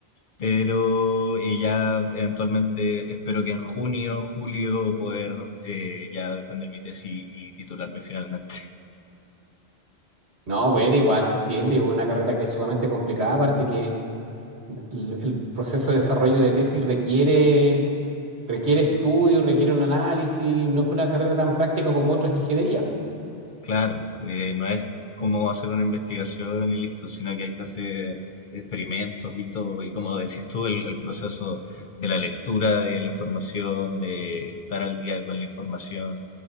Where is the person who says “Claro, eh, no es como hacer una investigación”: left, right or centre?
Left